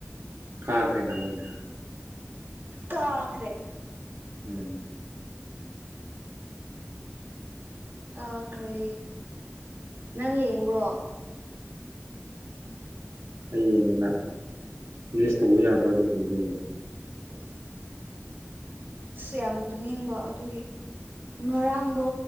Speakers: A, on the right; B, on the right.
A: ꯀꯥꯈꯦꯅ ꯃꯥꯏꯅ
B: ꯀꯈꯔꯦ
A: ꯎꯝ
B: ꯇꯥꯈ꯭ꯔꯦ ꯅꯪ ꯌꯦꯡꯕꯣ
A: ꯑꯩ ꯌꯦꯡꯉꯦꯅꯂꯤꯁ ꯇꯧꯕ ꯌꯥꯕ꯭ꯔꯥ ꯑꯗꯨꯒꯨꯝꯕ ꯌꯦꯡꯉꯤ
B: <unintelligible> ꯑꯁ ꯌꯥꯝ ꯇꯨꯝꯅꯤꯡꯕ ꯑꯗꯨꯒꯤ ꯉꯔꯥꯡꯗꯣ